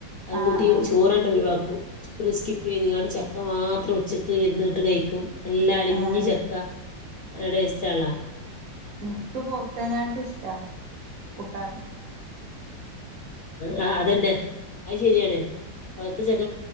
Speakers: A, on the left; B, on the right.
A: അത്
B: ആഹ്
A: കൂട്ടി ചോറാണ്ട് ഒഴിവാക്കും ചോറ് സ്കിപ്പ് ചെയ്ത് കാണ്ട്‌ ചക് ക്ക മാത്രം ഉച്ചയ്ക്ക് ഇരുന്നിട്ട് കഴിക്കും നല്ലഅളിഞ്ഞ
B: ആഹ് ആഹ്
A: ചക്ക. നല്ല ടേസ്റ്റാണല്ല
B: എനിക്ക് പോത്തേനായിട്ട് ഇഷ്ടാ കൂട്ടാൻ
A: ആ അതെന്നെ അത് ശരിയാണ് പൌത്ത ചക്ക